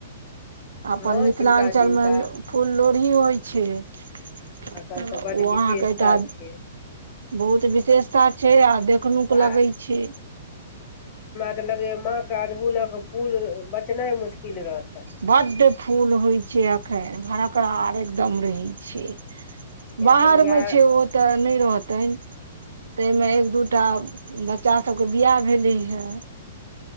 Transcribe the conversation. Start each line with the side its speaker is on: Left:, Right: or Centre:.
Right: अपन
Left: हँ
Right: मिथिलाञ्चलमे
Left: जिनका जिनका
Right: फूल लोर्ही होइ छै। तऽ
Left: तकर
Right: ओ
Left: बड विशेषता
Right: अहाँके एकटा
Left: छै
Right: बहुत विशेषता छै आ देखनुक लगै
Left: आ
Right: छै।
Left: लगैये माँ के अरहूलक फूल बचनाइ मुश्किल रहत।
Right: बड्ड फूल होइ छै अखैन। भड़करार एकदम रहै छै।
Left: किया
Right: बाहरमे
Left: तऽ इएह
Right: छै ओ तऽ नै रहतनि। तैमे एक दू टा बच्चा सभके बियाह भेलै हेँ।